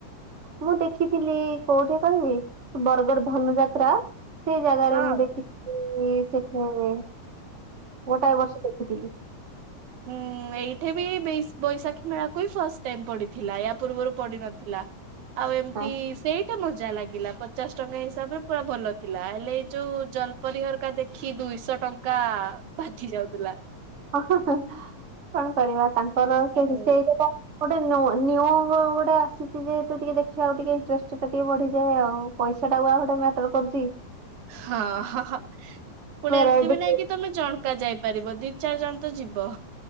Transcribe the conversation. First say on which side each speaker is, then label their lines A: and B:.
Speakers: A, on the right (about 50°); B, on the right (about 80°).
A: ମୁଁ ଦେଖିଥିଲି କୋଉଠି କହିବି ବରଗଡ ଧନୁଯାତ୍ରା ସେଇ ଜାଗାରେ
B: ହଁ।
A: ମୁଁ ଦେଖି ଲି ଯେ ହୁଁ ଉଁ ଗୋଟାଏ ବର୍ଷ ଦେଖିଥିଲି।
B: ହୁଁ ଏଇଠି ବି ବୈ ବୈଶାଖୀ ମେଳା କୁଇ ଫାଷ୍ଟ ଟାଇମ ପଡିଥିଲା ୟା ପୂର୍ବରୁ ପଡିନଥିଲା ଆଉ ଏମତି
A: ହଁ
B: ସେଇ ଟା ମଜା ଲାଗିଲା ପଚାଶ ଟଙ୍କା ହିସାବରେ ପୁରା ଭଲ ଥିଲା ହେଲେ ଏଇ ଯୋଉ ଜଲପରିହର କା ଦେଖି ଦୁଇଶ ଟଙ୍କା ବାଧି ଯାଉଥିଲା।
A: ହ ହ ହ କଣ କରିବା ତାଙ୍କର
B: ହଁ
A: ସେ ରୁଷେଇରେ ତ ଗୋଟେ ନୁ ନିୟୁ ଗୋଡେ ଆସିଛି ଯେହେତୁ ଟିକେ ଦେଖି ଆକୁ ଟିକେ ଇଣ୍ଟରେଷ୍ଟ ଟା ଟିକେ ବଢିଯାଏ ଆଉ। ପଇସାଟା ଉଆ ଗୋଟେ ମ୍ୟାଟର କରୁଛି?
B: <inaudible> ହଁ ହ ହ ପୁଣି
A: ଭେରାଇଟି
B: ଏମତି ବି ନାଇଁ କି ତମେ ଜଣ୍ କା ଯାଇପାରିବ ଦି ଚାରି ଜଣ ତ ଯିବ।